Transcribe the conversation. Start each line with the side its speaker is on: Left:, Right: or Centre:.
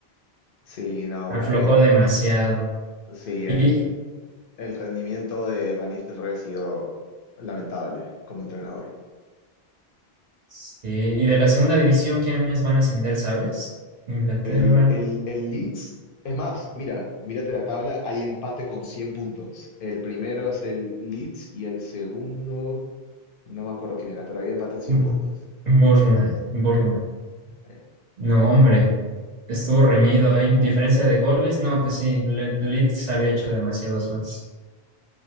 Left: sí, no,
Right: Aflojó
Left: una pena.
Right: demasiado.
Left: Sí,
Right: Y,
Left: el, el rendimiento de Van Nistelrooy ha sido lamentable como entrenador.
Right: sí, y de la segunda división, ¿quiénes van a ascender, sabes? Inglaterra,
Left: El, el, el Leeds, es más, mira, mírate la tabla, hay empate con 100 puntos. El primero es el Leeds y el segundo, no me acuerdo quién era, pero había empate en 100
Right: Mm.
Left: puntos.
Right: Burnley Bournemouth.
Left: Eh,
Right: No, hombre, estuvo reñido. Hay diferencia de goles. No, pues sí, Le- Leeds había hecho demasiados más.